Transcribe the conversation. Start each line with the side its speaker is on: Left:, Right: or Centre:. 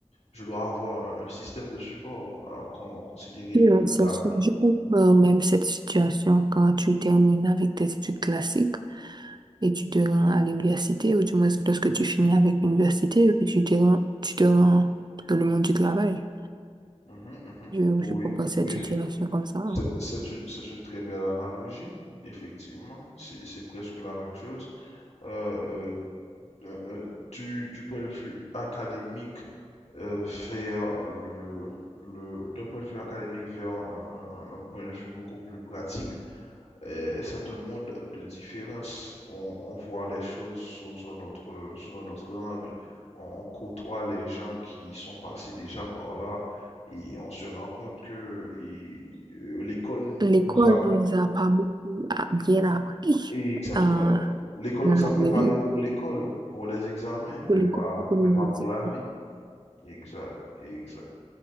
Left: je dois avoir un, un système de support euh, con- considéré
Right: Oui,
Left: de
Right: oui, ça
Left: d'amis.
Right: se joue euh, même cette situation quand tu termines avec tes études classiques et tu te rends à l'université, ou du moins lorsque tu finis avec l'université et puis tu te rends, tu te rends dans le monde du travail.
Left: Mhm, mhm.
Right: Je,
Left: Oui,
Right: je propose
Left: oui,
Right: cette situation
Left: c'est
Right: comme ça. hein.
Left: c'est- c'est une, c'est une très belle analogie, effectivement. C'est c'est presque la même chose. Euh, euh, euh, euh, du, du point de vue académique euh, vers le, le- d'un point de vue académique vers un, un- un- un point de vue beaucoup plus pratique, euh, c'est un monde de différence. On, on voit les choses sous un autre, sous un autre angle. On, on côtoie les gens qui sont passés déjà par là et on se rend compte que il- euh, l'école nous
Right: L'école
Left: a pré-
Right: nous a pas beaucoup à- bien appris
Left: et exactement
Right: euh,
Left: l'école
Right: dans
Left: nous
Right: la
Left: a préparés
Right: vraie vie.
Left: pour l'école, pour les examens, mais
Right: Pour l'école,
Left: pas,
Right: c'est pour
Left: mais
Right: les
Left: pas
Right: examens,
Left: pour la vie. Exact, exact.